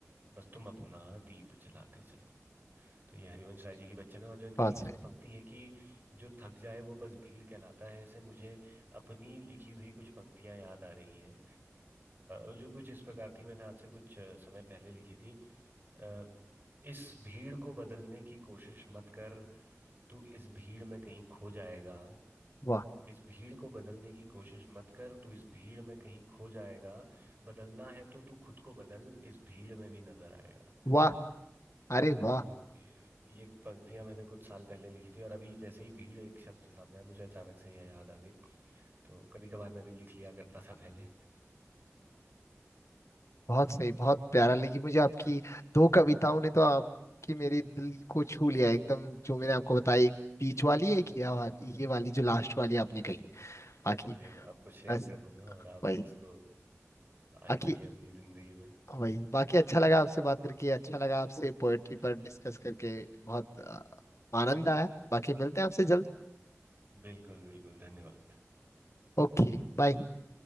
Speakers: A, on the right (about 40°); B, on the left (about 65°).
A: बस तुम अपना दीप जलाते चलो तो ये हरिवंश राय जी की बच्चन है और जो इनकी
B: बात
A: इसमें
B: से
A: पंक्ति है कि जो थक जाए वो बस भीड़ कहलाता है ऐसे मुझे अपनी लिखी हुई कुछ पंक्तियां याद आ रही हैं अ, जो कुछ इस प्रकार थी मैंने आज से कुछ अ, समय पहले लिखी थी अ, इस भीड़ को बदलने की कोशिश मत कर तू इस भीड़ में कहीं खो जाएगा
B: वाह
A: इस भीड़ को बदलने की कोशिश मत कर तू इस भीड़ में कहीं खो जाएगा बदलना है तो तू खुद को बदल इस भीड़ में भी नजर आएगा
B: वाह अरे वाह
A: तो ये ये पंक्तियां मैंने कुछ साल पहले लिखी थी और अभी जैसे ही भीड़ एक शब्द सामने आया मुझे अचानक से यह याद आ गई तो कभी कभार मैं भी लिख लिया करता था पहले
B: बहुत सही बहुत प्यारा लगी मुझे आपकी दो कविताओं ने तो आपकी मेरी दिल को छू लिया एकदम जो मैंने आपको बताई एक बीच वाली है कि ये वाली ये वाली जो लास्ट वाली आपने कही बाकी
A: बिल्कुल ये मैं आपको शेयर
B: बस
A: कर दूंगा और आप
B: वही
A: इसको आजमाइए
B: बाकी
A: अपनी जिंदगी में
B: वही बाकी अच्छा लगा आपसे बात करके अच्छा लगा आपसे पोएट्री पर डिस्कस करके बहुत अ, आनंद आया बाकी मिलते हैं आपसे जल्द
A: बिल्कुल बिल्कुल धन्यवाद
B: Okay bye